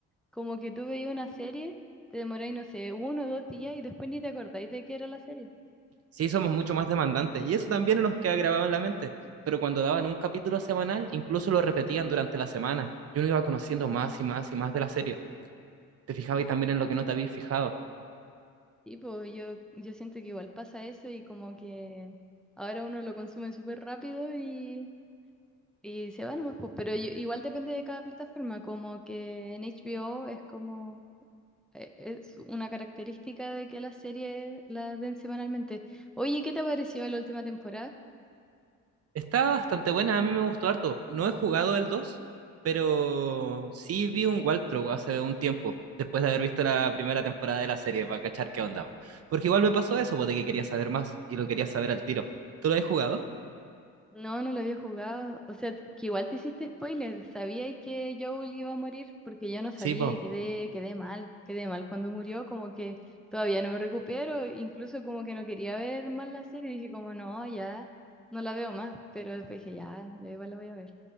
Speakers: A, in the centre; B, on the right.
A: Como que tú veías una serie, te demoráis, no sé, uno o dos días y después ni te acordáis de qué era la serie.
B: sí, somos mucho más demandantes y eso también nos queda grabado en la mente. Pero cuando daban un capítulo semanal, incluso lo repetían durante la semana. Y uno iba conociendo más y más y más de la serie. Te fijabas también en lo que no te habías fijado.
A: Y pues yo, yo siento que igual pasa eso y como que ahora uno lo consume súper rápido y, y se va nomás. pues. Pero yo- igual depende de cada plataforma, como que en HBO es como... eh, Es una característica de que las series las ven semanalmente. Oye, ¿qué te pareció la última temporada?
B: Está bastante buena, a mí me gustó harto. No he jugado el dos pero sí vi un walkthrough hace un tiempo, después de haber visto la primera temporada de la serie, para cachar qué onda. po. Porque igual me pasó eso, po, de que quería saber más y lo quería saber al tiro. ¿Tú lo has jugado?
A: No, no lo había jugado. O sea, que igual te hiciste spoiler. Sabía que Joel iba a morir porque yo no sabía
B: Sí, pues.
A: y quedé, quedé mal. Quedé mal cuando murió, como que todavía no me recupero. Incluso como que no quería ver más la serie. Dije como, no, ya no la veo más. Pero después dije, ya, ya igual la voy a ver.